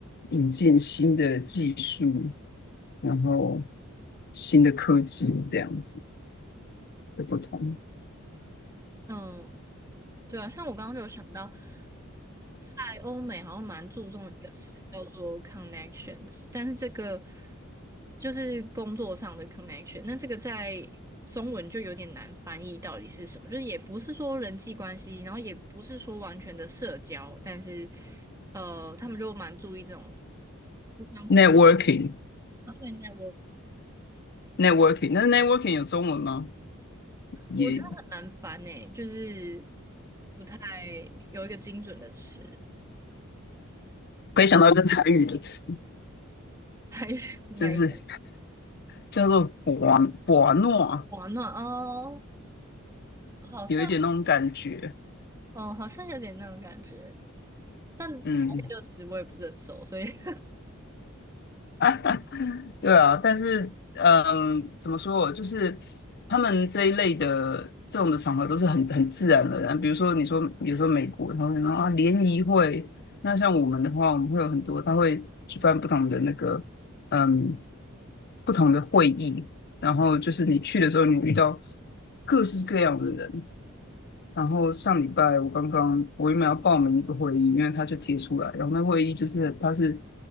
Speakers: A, on the left (about 50°); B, on the right (about 15°).
A: 引进新的技术，然后新的科技这样子的不同。
B: 嗯，对啊，像我刚刚就有想到，在欧美好像蛮注重一个词叫做 connections，但是这个就是工作上的 connection，那这个在中文就有点难翻译到底是什么，就是也不是说人际关系，然后也不是说完全的社交，但是呃，他们就蛮注意这种互相对
A: networking
B: 待。我
A: networking，那 networking 有中文吗？也
B: 我觉得很难翻诶，就是不太有一个精准的词，
A: 可以想到一个台语的词，
B: 还是哪一个？
A: 就是叫做“博博诺”，
B: 暖暖哦，好像，
A: 有一点那种感觉。
B: 嗯，好像有点那种感觉，但台语这个词我也不是很熟，
A: 嗯，
B: 所以
A: <laughs> 对啊，但是嗯，怎么说哦，就是他们这一类的这种的场合都是很很自然而然。比如说你说，比如说美国，他们说啊联谊会，那像我们的话，我们会有很多，他会举办不同的那个嗯不同的会议，然后就是你去的时候，你遇到各式各样的人，然后上礼拜我刚刚我原本要报名一个会议，因为他就贴出来，然后那会议就是他是